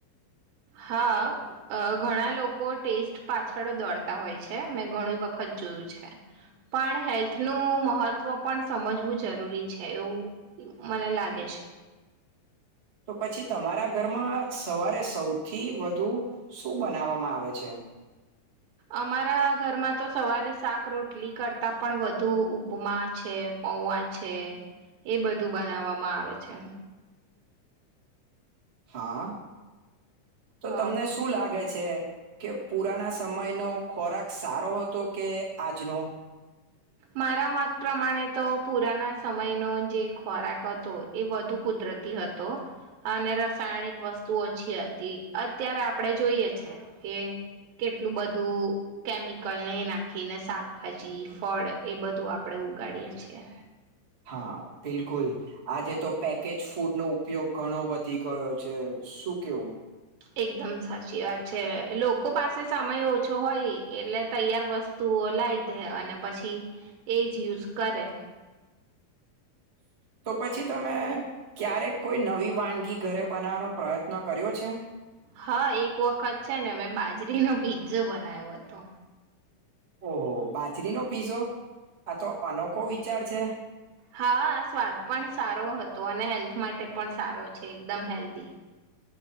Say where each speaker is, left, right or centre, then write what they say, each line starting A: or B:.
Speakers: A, on the right; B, on the right.
A: હા અ ઘણા લો કો ટેસ્ટ પાછળ દોડતા હોય છે મેં ઘણી વખત જોયું છે પણ હેલ્થનું મહત્વ પણ સમજવું જરૂરી છે એવું મને લાગે છે.
B: તો પછી તમારા ઘરમાં સવારે સૌથી વધુ શું બનાવવામાં આવે છે.
A: અમારા ઘરમાં તો સવારે શાક રોટલી કરતા પણ વધુ ઉપમા છે પૌવા છે એ બધું બનાવવામાં આવે છે.
B: હા તો
A: હ
B: તમને શું લાગે છે કે પુરાના સમયનો ખોરાક સારો હતો કે આજનો
A: મારા મત પ્રમાણે તો પુરાના સમયનો જે ખોરાક હતો એ વધુ કુદરતી હતો અને રસાયણિક વસ્તુ ઓછી હતી અત્યારે આપણે જોઈએ છે કે કેટલું બધું કેમિકલ ને નાખીને શાકભાજી ફળ એ બધું આપણે ઉગાડીએ છીએ.
B: હા બિલકુલ આજે તો પેકેજ ફૂડ નો ઉપયોગ ઘણો વધી ગયો છે શું કેવું
A: એકદમ સાચી વાત છે લોકો પાસે સમય ઓછો હોય એટલે તૈયાર વસ્તુઓ લાવી દે અને પછી એ જ યુઝ કરે
B: તો પછી તમે ક્યારેક કોઈ નવી વાનગી ઘરે બનાવવાનો પ્રયત્ન કર્યો છે.
A: હા એક વખત છે ને મેં બાજરીનો પીઝો બનાવ્યો હતો
B: ઓહો બાજરીનો પીઝો આ તો અનોખો વિચાર છે.
A: હા સ્વાદ પણ સારો હતો અને હેલ્થ માટે પણ સારો છે એકદમ હેલ્ધી